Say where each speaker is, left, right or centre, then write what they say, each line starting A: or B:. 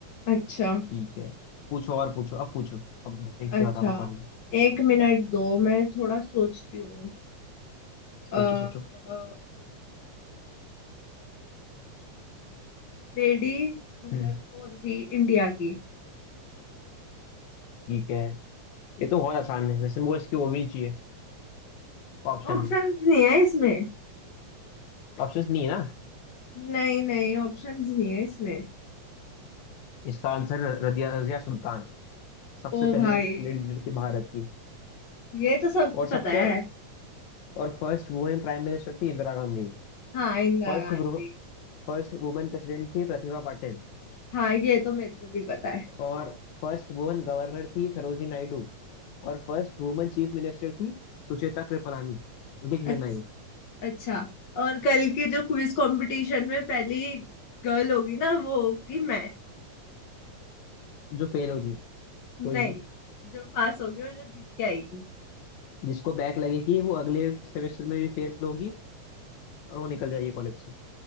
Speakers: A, on the left; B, on the left.
A: अच्छा
B: ठीक है पूछो और पूछो अब पूछो अब देखते
A: अच्छा
B: बता बताओ मुझे
A: एक मिनट दो मैं थोड़ा सोचती हूँ फर्स्ट
B: सोचो सोचो
A: लेडी रूलर
B: हम्म
A: कौन थी इंडिया की
B: ठीक है ये तो बहुत आसान है वैसे मुझे इसकी वो भी नहीं चाहिए ऑप्शन
A: ऑप्शंस
B: भी
A: नहीं है इसमें
B: ऑप्शन नहीं है ना
A: नहीं नहीं ऑप्शंस नहीं है इसमें
B: इसका आंसर रदिया रजिया सुल्तान सबसे
A: ओ भाई
B: पहली लेडी लीडर थी भारत की
A: ये तो सबको
B: और सबसे
A: पता है
B: और फर्स्ट वुमेन प्राइम मिनिस्टर थी Indira Gandhi
A: हाँ इंदिरा
B: First
A: गांधी
B: first women president थी प्रतिभा पाटिल
A: हाँ ये तो मेरे को भी पता है
B: और हाँ फर्स्ट वुमेन गवर्नर थी सरोजनी नायडू और फर्स्ट वुमेन चीफ मिनिस्टर थी सुचेता कृपलानी लिख
A: अच्छा
B: लेना ये
A: अच्छा और कल के जो क्विज कंपटीशन में पहली गर्ल होगी ना वो होगी मैं
B: जो फेल होगी
A: नहीं
B: कोई नहीं
A: जो पास होगी और जो जीत के आएगी
B: जिसको बैक लगेगी वो अगले सेमेस्टर में भी फेल होगी और वो निकल जाएगी कॉलेज से